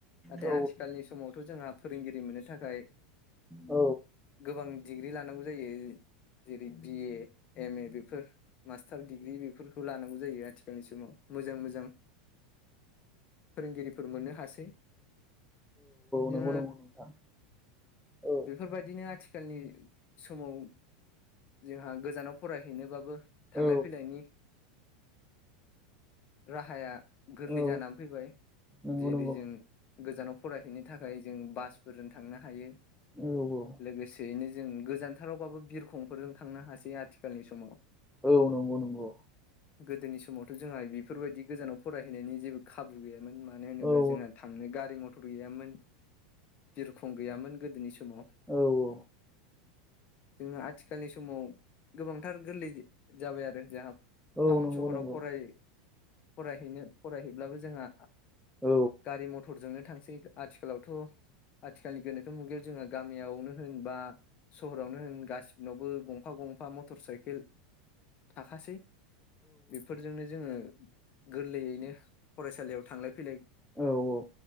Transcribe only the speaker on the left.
नाथाय
आथिखालनि समावथ' जोंहा फोरोंगिरि मोननो थाखाय
गोबां डिग्रि लानांगौ जायो जेरै बि ए, एम ए बेफोर मास्टार दिडिग्रि बि फोरखौ लानांगौ जायो आथिखालनि समाव मोजां मोजां। फोरोंगिरिफोर मोननो हासै। जोङो
बेफोरबायदिनो थिखालनि समाव जोंहा गोजानाव फरायहैनोबाबो थांलाय
फैलायनि राहाया गोरलै
जाना फैबाय
जेरै
जों गोजानाव फरायहैनो थाखाय जों बासफोरजों थांनो हायो।
लोगोसेयैनो जों गोजानथारावबाबो बिरखं फोरजों थांनो हासै आथिखालनि समाव
गोदोनि समावथ' जोंहा बेफोरबायदि गोजानाव फरायहैनायनि जेबो खाबु गैयामोन मानो होनोब्ला
जोंहा थां नो गारि मथर गैयामोन बिरखं गैयामोन गोदोनि समाव।
जोङो आथिखालनि समाव गोबांथार गोरलै जाबाय आरो जोंहा।
टाउन
सहराव
फराय फरायहैनो फरायहैब्लाबो जोंहा
गारि मथरजोंनो थांसै। आथिखालावथ' आथिखालनि गोनोखो मुगायाव जोंहा गामियावनो होनबा सहरावनो होन गासिबनावबो गंफा-गंफा मटर साइकेल थाखासै। बेफोरजोंनो जोङो गोरलैयैनो फरायसालियाव थांलाय फैलाय।